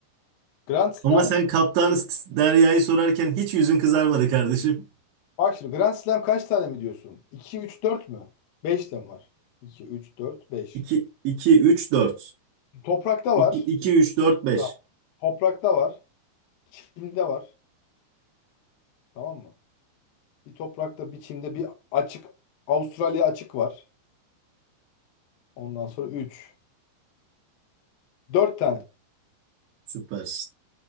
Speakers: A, on the left (about 70°); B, on the right (about 80°).
A: Grand Slam.
B: Ama sen kaptanı S- Derya'yı sorarken hiç yüzün kızarmadı kardeşim.
A: Bak şimdi Grand Slam kaç tane mi diyorsun? 2, 3, 4 mü? 5 de mi var? 2, 3, 4, 5.
B: 2, iki üç dört
A: Toprakta
B: iki
A: var.
B: iki üç dört beş.
A: Ha. Toprakta var. Çimde var. Tamam mı? Bir toprakta, bir çimde, bir açık. Avustralya açık var. Ondan sonra 3, 4 tane.
B: Süpersin.